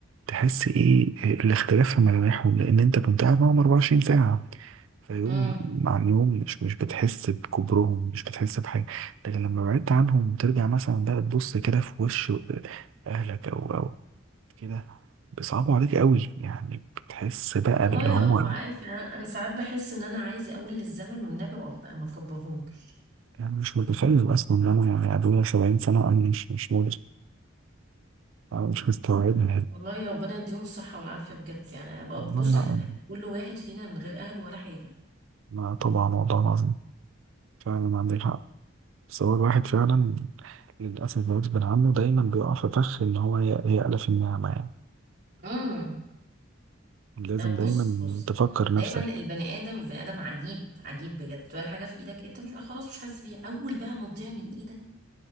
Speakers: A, on the right (about 70°); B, on the right (about 50°).
A: تحس إيه الاختلاف في ملامحهم لأن أنت كنت قاعد معاهم 24 ساعة فيوم
B: امم
A: عن يوم مش مش بتحس بكبرهم مش بتحس بحاجة لكن لما بعدت عنهم ترجع مثلا بقى تبص كده في وش أهلك أو أو كده بيصعبوا عليك قوي يعني بتحس بقى
B: والله
A: اللي هو
B: اه عارف يعني انا أنا ساعات بحس ان انا عايزة اقول للزمن والنبي اقف بقى ما تكبرهمش
A: انا مش متخيل اصلا ان انا يعني ابويا 70 سنه انا مش مش مدرك أنا مش مستوعبها
B: والله يا ربنا يديهم الصحة والعافية بجد يعني أنا ب-
A: ما
B: بص
A: لا
B: إحنا- كل واحد فينا من غير اهل ولا حاجة
A: ما طبعا والله العظيم فعلا عندك حق بس هو الواحد فعلا للأسف غصب عنه دايما بيقع في فخ إن هو ي- يألف النعمة يعني
B: امم
A: لازم
B: آه، بص
A: دايما
B: بص
A: تفكر
B: دايما
A: نفسك
B: البني ادم البني ادم عجيب عجيب بجد ولا حاجة في ايدك انت مش آه، خلاص مش حاسس بيها اول بقى ما تضيع من ايدك